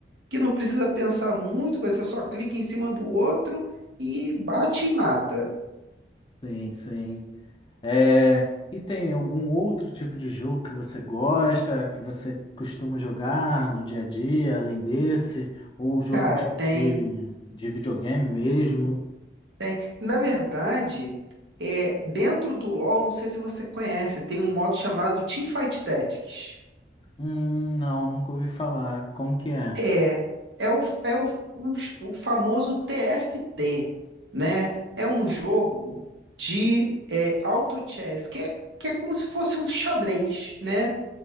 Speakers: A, on the right; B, on the left.
A: que não precisa pensar muito, você só clica em cima do outro e bate e mata.
B: Sim, sim. É, e tem algum outro tipo de jogo que você gosta, que você costuma jogar no dia a dia, além desse? Ou jogo
A: Cara,
B: de,
A: tem,
B: de, de videogame mesmo?
A: tem. Na verdade, é, dentro do LoL, não sei se você conhece, tem um modo chamado Teamfight Tactics.
B: Hum, não, nunca ouvi falar. Como que é?
A: É, é o, é o, o, o famoso TFT, né? É um jogo de é, auto chess, que é, que é como se fosse um xadrez, né?